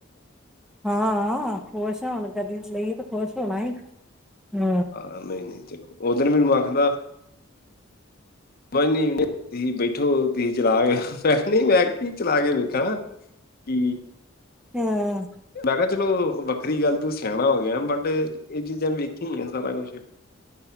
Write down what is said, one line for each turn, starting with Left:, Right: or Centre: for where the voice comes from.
Centre: ਹਾਂ ਹਾਂ, ਖੁਸ਼ ਆ ਹੁਣ, ਗੱਡੀ ਲਈਏ ਤੇ ਖੁਸ਼ ਹੋਣਾ ਹੀ ਹਮ
Left: ਹਾਂ ਨਹੀਂ- ਨਹੀਂ ਜੀ ਉਦੀਨ ਮੈਨੂੰ ਆਖਦਾ ਮਨੀ ਤੁਸੀਂ ਬੈਠੋ ਤੁਸੀਂ ਚਲਾ ਕੇ ਮੈਂ ਕੀ ਚਲਾ ਕੇ ਵੇਖਾਂ ਕਿ
Centre: ਹਾਂ।
Left: ਮੈਂ ਕਿਹਾ ਚਲੋ ਵੱਖਰੀ ਗੱਲ ਤੂੰ ਸਿਆਣਾ ਹੋ ਗਿਆ। ਬਟ ਇਹ ਚੀਜ਼ਾਂ ਵੇਖੀਆਂ ਆ ਸਾਰਾ ਕੁਛ